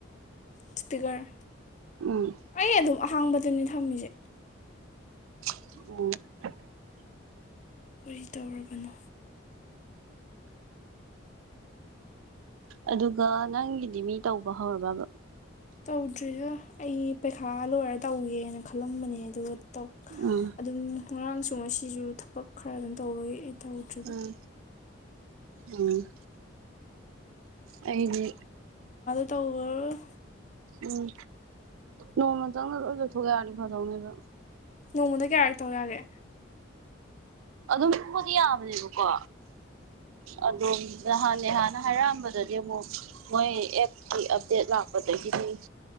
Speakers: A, on the left (about 35°); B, on the right (about 85°).
A: ꯏꯁꯄꯤꯀꯔ
B: ꯎꯝ
A: ꯑꯩ ꯑꯗꯨꯝ ꯑꯍꯥꯡꯕꯗꯨꯅꯤ ꯊꯝꯃꯤꯁꯦ
B: ꯑꯣ
A: ꯀꯔꯤ ꯇꯧꯔꯕꯅꯣ
B: ꯑꯗꯨꯒ ꯅꯪꯒꯤꯗꯤ ꯃꯤ ꯇꯧꯕ ꯍꯧꯔꯕꯕ
A: ꯇꯧꯗ꯭ꯔꯤꯗ ꯑꯩ ꯄꯩꯈꯥ ꯂꯣꯏꯔ ꯇꯧꯒꯦꯅ ꯈꯜꯂꯝꯕꯅꯦ ꯑꯗꯨꯒꯧ
B: ꯎꯝ
A: ꯑꯗꯨꯝ ꯉꯔꯥꯡꯁꯨ ꯉꯁꯤꯁꯨ ꯊꯕꯛ ꯈꯔꯗꯅ ꯇꯧꯕꯒꯤ ꯇꯧꯗ꯭ꯔꯤꯕ
B: ꯎꯝ ꯎꯝ ꯑꯩꯗꯤ
A: ꯇꯧꯋ
B: ꯎꯝ ꯅꯣꯡꯃ ꯆꯪꯅ ꯂ ꯆꯠꯊꯣꯛꯦ ꯌꯥꯅꯤ ꯐꯥꯗꯧꯅꯦꯕ
A: ꯅꯣꯡꯃꯗ ꯀꯌꯥꯔ ꯇꯧ ꯌꯥꯒꯦ
B: ꯑꯗꯨꯝꯕꯨꯗꯤꯌꯥꯕꯅꯤ ꯀꯣ ꯑꯗꯣꯝ ꯅꯍꯥꯟꯅꯦ ꯍꯥꯟꯅ ꯍꯥꯏꯔꯛꯑꯝꯕꯗꯗꯤ ꯑꯃꯨꯛ ꯃꯣꯏ ꯑꯦꯞꯀꯤ ꯑꯞꯗꯦꯠ ꯂꯥꯛꯄꯗꯒꯤꯗꯤ